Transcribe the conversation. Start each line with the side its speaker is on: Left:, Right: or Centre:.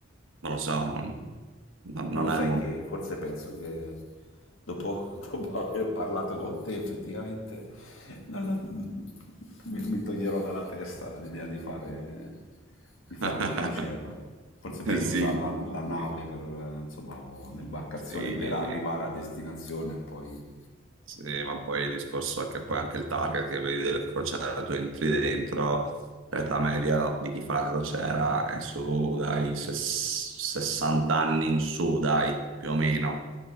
Right: non lo so, non, non- non
Left: No, sai
Right: è il momento.
Left: che forse penso che dopo, <laughs> dopo aver parlato con te effettivamente non la- mi, mi toglierò dalla testa l'idea di fare, di fare
Right: <laughs>
Left: una crociera. Forse è meglio
Right: Sì,
Left: usare la, la nave
Right: sì,
Left: per eh, insomma, lo- l'imbarcazione
Right: sì,
Left: per arrivare a destinazione e poi
Right: Sì, ma poi il discorso è che poi anche il target che vedi delle crociere, tu entri dentro, l'età media di chi fa la crociera è su dai ses- 60 anni in su, dai, più o meno,